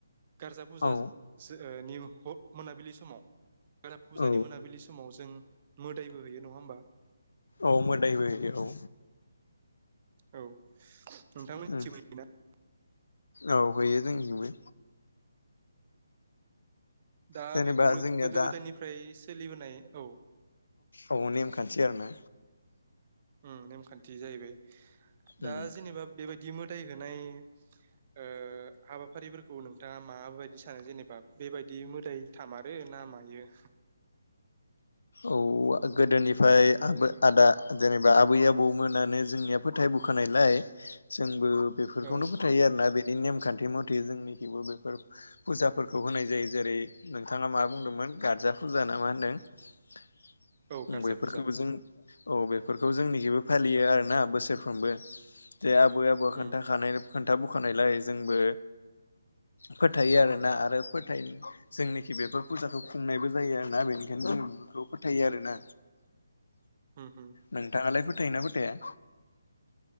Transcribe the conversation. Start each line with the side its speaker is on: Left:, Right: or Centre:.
Right: गारजा
Left: नों
Right: फुजा <unintelligible> ओ <unintelligible> मोनाबिलि समाव <unintelligible> फुजानि
Left: औ
Right: मोनाबिलि समाव जों मोदायबो हैयो नङा होमबा?
Left: औ मोदायबो होयो औ।
Right: औ। नोंथां <unintelligible>
Left: उम
Right: होयोना?
Left: औ हैयो जोंजोंबो।
Right: दा
Left: जेनेबा
Right: बेफोरो
Left: जोंनिया
Right: गोदो-
Left: दा
Right: गोदायनिफ्राय <unintelligible> सोलिबोनाय औ।
Left: औ नेमखानथि आरोना
Right: उम नेमखान्थि जाहैबाय दा
Left: उम
Right: जेनेबा बेबायदि बिदि मोदाय ओ होनाय ओ हाबाफारिफोरखौ नोंथाङा माबायदि सानो जेनेबा बेबायदि मोदाय थामारो ना मायो?
Left: औ गोदोनिफ्राय आबै- आदा जेनेबा आबै- आबौमोनानो जोंनिया फोथाय बोखानायलाय जोंबो बेफोरखौनो
Right: औ
Left: फोथायो आरोना बे बि नेमखान्थि मथे जोंनिखिबो बेफोर फुजाफोरखौ होनाय जायो जेरै नोंथाङा मा बुंदोंमोन गारजा फुजा ना मा होन्दों? <unintelligible>
Right: औ गारजा
Left: बेफोरखौबो
Right: फुजा
Left: जों औ बेफोरखौ जोंनिखिबो फालियो आरो ना बोसोरफ्रोमबो जे आबै -आबौ खोन्थाखानाय
Right: उम
Left: खोन्थाबोखानायलाय जोंबो फोथायो आरोना, आरो फोथाय जोंनोखि बेफोर फुजाखौ खुंनायबो जायो आरोना बेनिखायनो जों बेखौ फोथायो आरोना।
Right: उम उम
Left: नोंथाङालाय? फोथायोना -फोथाया?